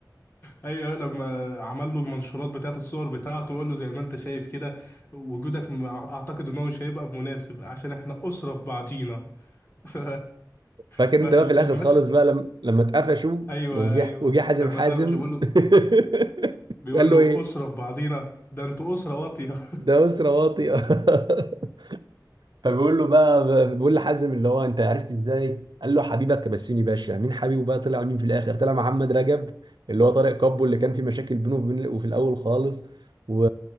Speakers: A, on the left (about 30°); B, on the right (about 85°).
A: ايوه لما عمل له المنشورات بتاعت الصور بتاعته وقال له زي ما انت شايف كده وجودك م- اعتقد ان هو مش هيبقى مناسب عشان احنا اسرة في بعضينا <laughs> ف...
B: فاكر
A: فالمشهد
B: انت بقى في الاخر خالص بقى لما لما اتقفشوا
A: ايوه
B: وجه
A: ايوه
B: وجه حازم
A: لما
B: حازم
A: اتقفش يقول له
B: <laughs>
A: بيقول
B: قال له
A: له
B: ايه
A: أسرة في بعضينا ده انتوا أسرة واطية <laughs>
B: ده اسره واطئه <laughs> فبيقول له بقى بيقول لحازم اللي هو انت عرفت ازاي؟ قال له حبيبك بسيوني باشا مين حبيبه بقى طلع مين في الاخر؟ طلع محمد رجب اللي هو طارق كابو اللي كان في مشاكل بينه وبين وفي الاول خالص و...